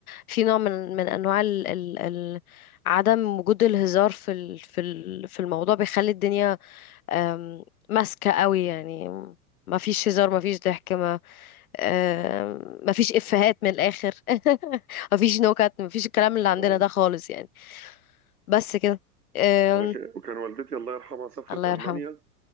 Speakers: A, on the left; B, on the right.
A: في نوع من من انواع ال... ال... ال... عدم وجود الهزار في ال... في ال... في الموضوع بيخلي الدنيا آم، ماسكه قوي يعني ما فيش هزار ما فيش ضحك آه، مفيش إفيهات من الآخر <laughs> مفيش نكت مفيش الكلام اللي عندنا
B: آه.
A: ده خالص يعني بس كده آم،
B: انا ك... وكان والدتي الله يرحمها سافرت
A: الله
B: المانيا
A: يرحمه